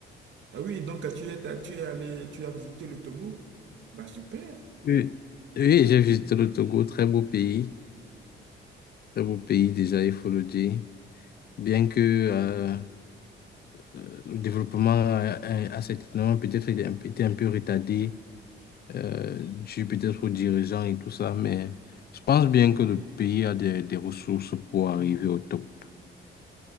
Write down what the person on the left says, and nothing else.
oui, oui, j'ai visité le Togo, très beau pays, très beau pays déjà, il faut le dire. Bien que euh, euh, le développement a, a- a certainement peut-être été un été un peu retardé euh, dû peut-être aux dirigeants et tout ça, mais je pense bien que le pays a des, des ressources pour arriver au top.